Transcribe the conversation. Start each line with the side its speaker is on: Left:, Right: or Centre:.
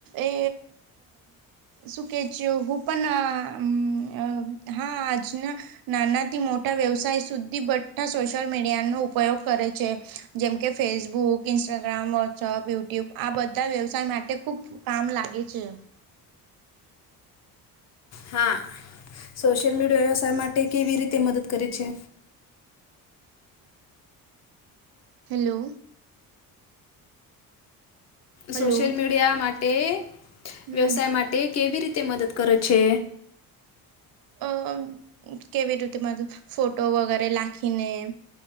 Right: એ સુકેચ હ પણ હા આજના નાનાથી મોટા વ્યવસાય સુધી બધા સોશિયલ મીડિયાનો ઉપયોગ કરે છે જેમકે ફેસબુક ઇન્સ્ટાગ્રામ વોટ્સઅપ યુટ્યુબ આ બધા વ્યવસાય માટે ખુબ કામ લાગે છે.
Left: હા સોશિલ મીડિયા તે કેવી રીતે મદદ કરે છે?
Right: હેલો
Left: સોશિયલ
Right: હલો
Left: મીડિયા માટે
Right: હમ
Left: વ્યવસાય માટે કેવી રીતે મદદ કરે છે?
Right: અ કેવી રીતે મતલબ ફોટો વગેરે લખીને